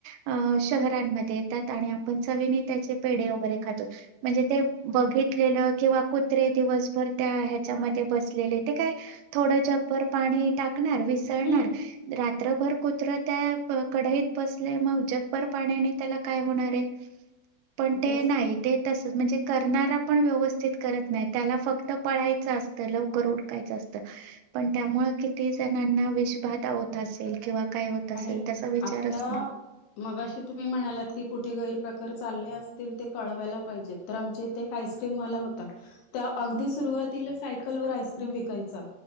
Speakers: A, on the right (about 80°); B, on the left (about 75°).
A: अं शहरांनमध्ये येतात आणि आपण चवीने त्याचे पेढे वगैरे खातो. म्हणजे ते बघितलेलं किंवा कु त्रे दिवसभर त्या ह्याच्या मध्ये बसलेले ते काय थोडं जगभर पाणी टाकणार वि सळणार
B: हम्म
A: रात्रभर कुत्रा त्या कढाईत बसले मग जगभर पाण्याने त्याला काय होणार आहे. पण ते
B: तेच
A: नाही ते तसंच म्हणजे करणारा पण व्यवस्थित करत नाही. त्याला फक्त पळायचं असतं लवकर उरकायचं असतं. पण त्यामुळे किती जणांना विषबाधा होत असेल किंवा काय होत असेल
B: आणि
A: त्याचा विचारच
B: आता
A: नाही.
B: मगाशी तुम्ही म्हणालात की कुठे गैरप्रकार चालले असतील ते कळवायला पाहिजेत. तर आमच्याइथे एक आईस्क्रीमवाला होता त्या अगदी सुरुवातीला साय कल वर आईस्क्रीम
A: हम्म
B: विकायचा